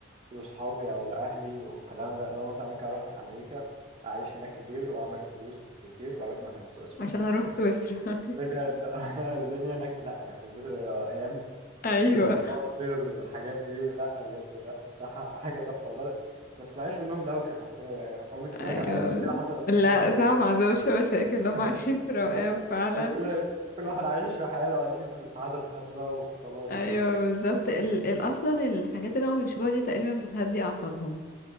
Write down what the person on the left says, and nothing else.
عشان
اروح سويسرا
<laughs> ايوه
ايوه
لا
صعب ما عندهمش مشاكل هم
عايشين في روقان
فعلا
ايوه
بالظبط ال... ال... اصلا الحاجات اللي هم بيشبهوها دي تقريبا بتهدي اعصابهم